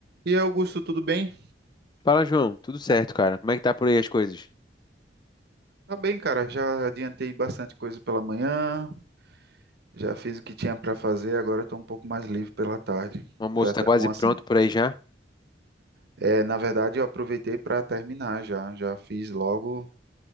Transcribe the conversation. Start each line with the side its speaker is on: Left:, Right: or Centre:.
Right: E aí, Augusto, tudo bem?
Left: Fala, João. Tudo certo, cara? Como é que tá por aí as coisas?
Right: Tá bem, cara. Já adiantei bastante coisa pela manhã, já fiz o que tinha para fazer, agora estou um pouco mais livre pela tarde.
Left: O almoço
Right: Foi até
Left: tá quase
Right: bom assim.
Left: pronto por aí já.
Right: É, na verdade, eu aproveitei para terminar já, já fiz logo